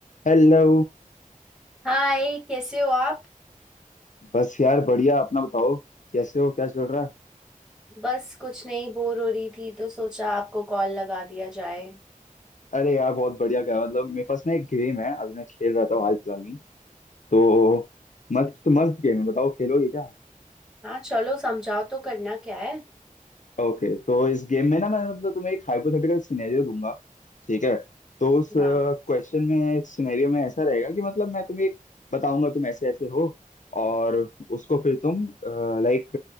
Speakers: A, on the left; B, in the centre.
A: Hello
B: हाय कैसे हो आप
A: बस यार बढ़िया अपना बताओ कैसे हो क्या चल रहा है
B: बस कुछ नहीं बोर हो रही थी तो सोचा आपको कॉल लगा दिया जाए
A: अरे यार बहुत बढ़िया क्या मतलब मेरे पास ना एक गेम है अभी मैं खेल रहा था हाल फिलहाल में तो मस्त मस्त गेम है बताओ खेलोगे क्या
B: हाँ चलो समझाओ तो करना क्या है
A: ओके तो इस गेम में ना मैं मतलब तुम्हें एक हाइपोथेटिकल सिनेरियो दूंगा ठीक है तो उस क्वेश्चन
B: हाँ
A: में सिनेरियो में ऐसा रहेगा कि मतलब मैं तुम्हें एक बताऊंगा तुम ऐसे ऐसे हो और उसको फिर तुम लाइक